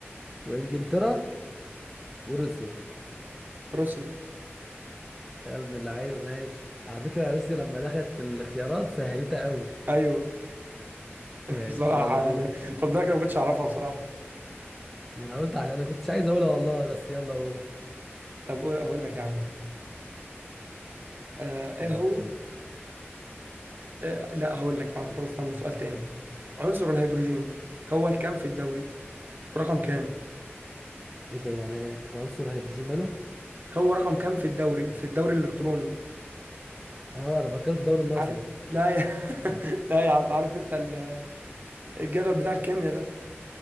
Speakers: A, in the centre; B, on the right (about 45°).
A: وانجلترا وروسيا
B: روسيا
A: يا ابن اللعيب ماشي على فكرة روسيا لما دخلت في الاختيارات سهلتها قوي
B: ايوه <laughs>
A: ماشي
B: بصراحه
A: يلا دور
B: يعني خد بالك انا ما كنتش اعرفها بصراحه
A: ما انا قلت عشان انا كنتش عايز اقولها والله بس يلا قول
B: طب قول- هقول لك يا عم آه ايه
A: يلا
B: هو
A: دور
B: آه لا هقول لك يا عم طب استنى سؤال تاني عنصر الهيدروجين هو الكام في الدوري رقم كام
A: ايه ده يعني ايه العنصر هيدروجين ماله
B: هو رقم كام في الدوري في الدوري الالكتروني
A: اه انا فكرت الدوري المصري
B: عارف لا يا <laughs> لا يا عم عارف انت ال- الجدول بتاع الكيمياء ده